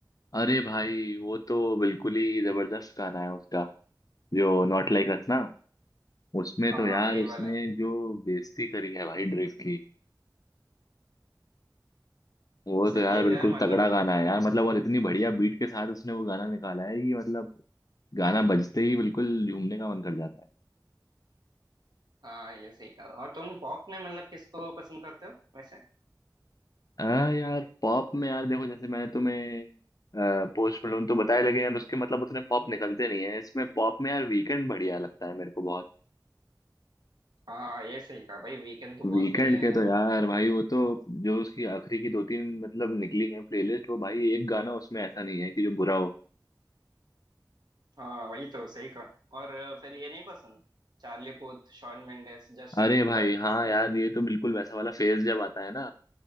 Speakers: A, on the left; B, on the right.
A: अरे भाई वो तो बिल्कुल ही जबरदस्त गाना है उसका जो नॉट लाइक अस ना उसमें
B: हाँ
A: तो
B: हाँ
A: यार
B: वही
A: उसने
B: वाला
A: जो बेइज्जती करी है भाई ड्रेक की वो
B: सही
A: तो यार
B: है
A: बिल्कुल
B: यार मतलब
A: तगड़ा गाना है यार मतलब और इतनी बढ़िया बीट के साथ उसने वो गाना निकाला है कि मतलब गाना बजते ही बिल्कुल झूमने का मन कर जाता है
B: हाँ ये सही कहा और तुम पॉप में मतलब किसको पसंद करते हो वैसे
A: हाँ यार पॉप में यार देखो जैसे मैंने तुम्हें पोस्ट मलोन तो बताया लगे यार उसके मतलब उतने पॉप निकलते नहीं है इसमें पॉप में यार वीकेंड बढ़िया लगता है मेरे को बहुत
B: हाँ ये सही कहा भाई वीकेंड तो बहुत
A: वीकेंड
B: बढ़िया है
A: के
B: यार
A: तो यार भाई वो तो जो उसकी आखिरी की दो तीन मतलब निकली है प्लेलिस्ट वो भाई एक गाना उसमें ऐसा नहीं है कि जो बुरा हो
B: हाँ वही तो सही कहा और अ, फिर ये नहीं पसंद Charlie Puth Shawn Mendes Justin
A: अरे
B: Bieber
A: भाई हाँ यार ये तो बिल्कुल वैसा वाला फेज जब आता है ना